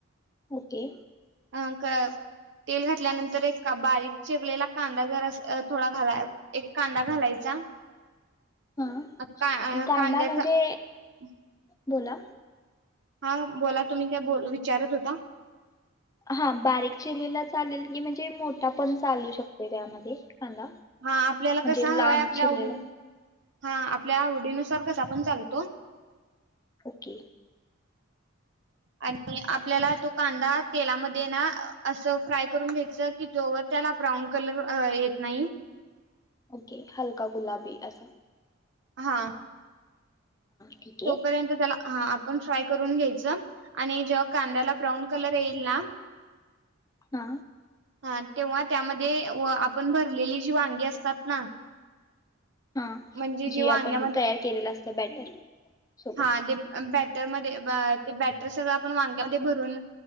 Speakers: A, on the left; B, on the right.
A: ओके
B: अ कळ् तेल घातल्यानं तर एक बारीक चिरलेला कांदा जरास अ थोडा घाला एक कांदा घालायचा.
A: हा
B: अ् का अ
A: कांदा
B: कांद्याचा
A: म्हणजे
B: हम
A: बोला?
B: हां बोला तुम्ही काय बोल विचारत होता?
A: हा बारीक चिरलेला चालेल की म्हणजे मोठा पण चालू शकतोय त्यामध्ये? कांदा
B: हा आपल्याला
A: म्हणजे
B: कसं
A: लांब
B: हवा आहे आपल्या
A: चिरलेला
B: आवडीन हा आपल्या आवडीनुसार कसा पण चालतो.
A: ओके.
B: आणि आपल्याला तो कांदा तेलामध्ये ना असं फ्राय करून घ्यायचं की जोवर त्याला ब्राऊन कलर अ येत नाही
A: ओके हलका गुलाबी असं
B: हा
A: ठीक आहे
B: तोपर्यंत त्याला ह आपण फ्राय करून घ्यायचं. आणि जेव्हा कांद्याला ब्राऊन कलर येईल ना.
A: हा
B: ह तेव्हा त्यामध्ये आपण भरलेली जी वांगी असतात ना
A: हा
B: म्हणजे
A: जी
B: वांग्यामध्ये
A: आपण तयार केलेलं असतं बॅटर. सोबत
B: हा ते बॅटरमध्ये ब ते ब्यां. तर सगळं आपण वांग्यामध्ये भरून